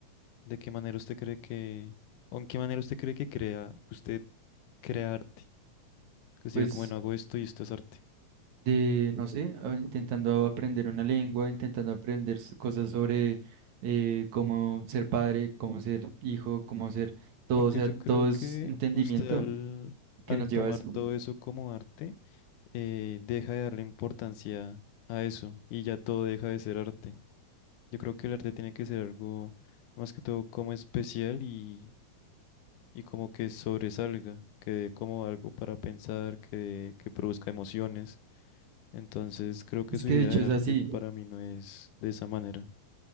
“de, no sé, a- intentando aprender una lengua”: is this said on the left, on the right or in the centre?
Right